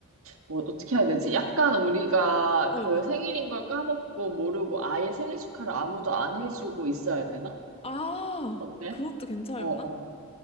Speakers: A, on the right; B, on the left.
A: 뭐, 어떻게 해야 되지? 약간 우리가
B: 어,
A: 그
B: 어.
A: 생일인 걸 까먹고 모르고 아예 생일 축하를 아무도 안 해주고 있어야 되나?
B: 아,
A: 어때?
B: 그것도 괜찮으려나?
A: 어, 어.